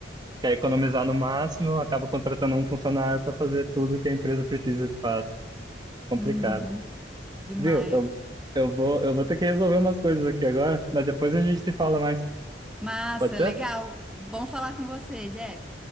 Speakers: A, on the right; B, in the centre.
A: quer economizar no máximo, acaba contratando um funcionário para fazer tudo que a empresa precisa que faz. Complicado.
B: Uhum, demais.
A: Viu? Eu, eu vou, eu vou ter que resolver umas coisas aqui agora, mas depois a gente se fala mais.
B: Massa,
A: Pode ser?
B: legal. Bom falar com você, Jeff.